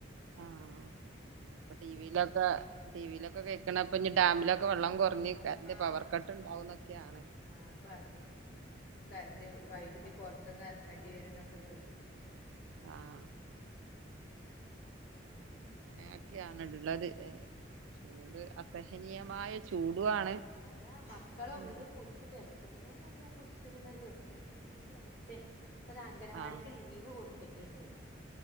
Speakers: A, on the right (about 85°); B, on the left (about 50°).
A: ആഹ് ഇപ്പ ടി വിലൊക്കെ ടി വിയിലൊക്കെ കേൾക്കണെ ഇപ്പ ഇനി ഡാമിലൊക്കെ വെള്ളം കുറഞ്ഞ് കറണ്ട്
B: ആഹ്
A: പവർ കട്ട് ഉണ്ടാവൂന്നൊക്കെയാണ്
B: ആഹ് പറഞ്ഞു കറണ്ട് വൈദ്യുതി പുറത്തെന്ന് ഇറക്കേണ്ടി വരും എന്നൊക്കെ കേട്ടു
A: ആഹ് അങ്ങനെ ഒക്കെയാണ് ഉള്ളത് ചൂട് അസഹനീയമായ ചൂടുവാണ്
B: എല്ലാ മക്കള് ഉള്ളത്
A: ഉം
B: പൊടിച്ചിട്ടേ അത്രേ നല്ല പുടിച്ചിരുന്നത് വെക്കേഷനും കൂടി ആയിട്ടെ ഇപ്പൊ ഇതാ അംഗനവാടിക്ക്
A: ആഹ്
B: ലീവ് ലീവ് കൊടുത്തിട്ടുണ്ട്